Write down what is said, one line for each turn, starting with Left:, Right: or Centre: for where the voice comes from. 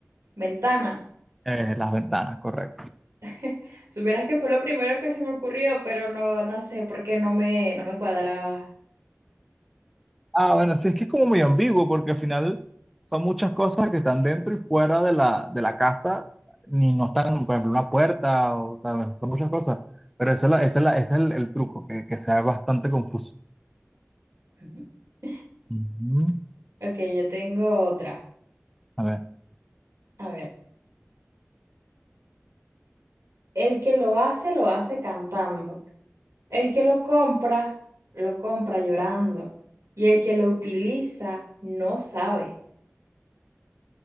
Right: ventana.
Centre: eh, las ventanas, correcto.
Right: <laughs> Supieras que fue lo primero que se me ocurrió, pero no, no sé por qué no me, no me cuadraba.
Centre: Ah, bueno, sí, es que es como muy ambiguo, porque al final son muchas cosas que están dentro y fuera de la, de la casa, ni no están, por ejemplo, una puerta, o sea, son muchas cosas. Pero ese es, la- esa es la- ese es el, el truco, que, que sea bastante confuso.
Right: <laughs>
Centre: Ujú.
Right: Ok, yo tengo otra.
Centre: A ver,
Right: A ver, el que lo hace, lo hace cantando. El que lo compra, lo compra llorando. Y el que lo utiliza, no sabe.